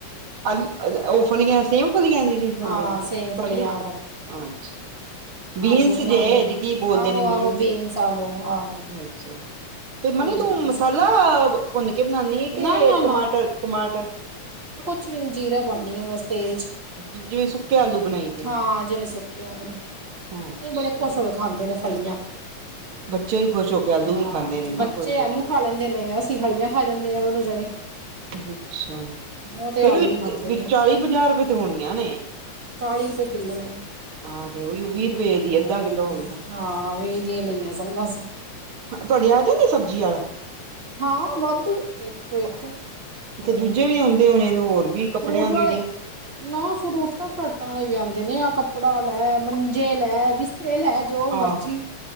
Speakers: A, on the right (about 55°); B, on the right (about 30°).
A: ਆਲ ਅਲ ਓ ਫਲੀਆਂ ਸੇਮ ਫਲੀਆਂ ਜੀਆਂ ਜੇੜੀਆ ਹੁੰਦੀਆਂ
B: ਹਾਂ
A: ਨੇ
B: ਸੇਮ ਫਲੀਆਂ
A: ਪਤਲੇ
B: ਆਹੋ
A: ਅੱਛਾ। ਬੀਨਸ
B: ਆਲੂ ਬਣਾਏ
A: ਜੇ ਜੀ ਕੀ ਬੋਲਦੇ
B: ਆਹੋ
A: ਨੇ
B: ਆਹੋ
A: ਬੀਨਸ ਅੱਛਾ।
B: ਆਹੋ ਆਹੋ
A: ਫੇ ਮਨੀ
B: ਉਹੀ ਲਈਆਂ
A: ਤੂੰ ਮਸਾਲਾ
B: ਸੀ
A: ਭੁੰਨ ਕੇ ਬਣਾਨੀ ਏ ਕੇ
B: ਨਾ ਨਾ
A: ਟਮਾਟਰ-ਟਮਾਟ
B: ਕੁੱਛ ਵੀ ਨੀ ਜ਼ੀਰਾ ਪੋਣੀ ਆ ਬਸ ਤੇਲ ਚ
A: ਜਿਵੇਂ ਸੁੱਕੇ ਆਲੂ ਬਣਾਈ ਦੇ
B: ਹਾਂ
A: ਨੇ
B: ਜਿਵੇਂ ਸੁੱਕਿਆ ਹੋਏ।
A: ਅੱਛਾ
B: ਏ ਬੜੇ ਖੁਸ਼ ਹੋ ਕੇ ਖਾਂਦੇ ਨੇ ਫਲੀਆਂ।
A: ਬੱਚੇ ਵੀ ਖੁਸ਼ ਹੋ ਕੇ ਆਲੂ
B: ਹਾਂ
A: ਹੀ ਖਾਂਦੇ ਨੇ ਨਾ
B: ਬੱਚੇ
A: ਖੁਸ਼ ਹੋ
B: ਆਲੂ ਖਾ ਲੈਂਦੇ ਨੇ ਅ ਸੀਂ ਫਲੀਆਂ ਖਾ ਜਾਂਦੇ ਆ ਦੋਨੋ ਜਣੇ।
A: ਅੱਛਾ,
B: ਉਹ ਤੇ
A: ਫੇਰ
B: ਆਲੂ ਹੀ ਖਾਂਦੇ
A: ਵੀ
B: ਨੇ
A: ਚਾਲੀ ਪੰਜਾਹ ਰੁਪਏ ਤੇ ਹੋਣੀਆਂ ਨੇ।
B: ਚਾਲੀ ਰੁਪਏ ਕਿੱਲੋ ਨੇ।
A: ਹਾਂ ਤੇ ਓਈਓ ਵੀਹ ਰੁਪਏ ਦੀ
B: ਹਮ
A: ਅੱਧਾਂ ਕਿਲੋ ਹੋ ਗਿਆ।
B: ਹਾਂ ਵੀਹ ਦੀਆਂ ਈ ਲਈਆਂ ਸਨ ਬਸ।
A: ਤੁਹਾਡੇ ਆ ਜਾਂਦੇ ਸਬਜ਼ੀ ਆਲਾ।
B: ਹਾਂ ਵਾਧੂ ਇੱਕ ਤੋਂ ਇੱਕ।
A: ਏਥੇ
B: ਹਮ
A: ਦੂਜੇ ਵੀ ਆਉਂਦੇ ਹੋਣੇ ਨੇ ਹੋਰ ਵੀ ਕੱਪੜਿਆਂ
B: ਫਰੂਟ
A: ਲੀੜਿਆਂ
B: ਵਾਲੇ ਨਾ ਫਰੂਟਾਂ -ਫਰਾਟਾਂ ਆਲੇ ਵੀ ਆਉਂਦੇ ਨੇ ਆ ਕੱਪੜਾ ਲੈ, ਮੰਜੇ ਲੈ, ਬਿਸਤਰੇ ਲੈ ਜੋ
A: ਆਹ,
B: ਮਰਜੀ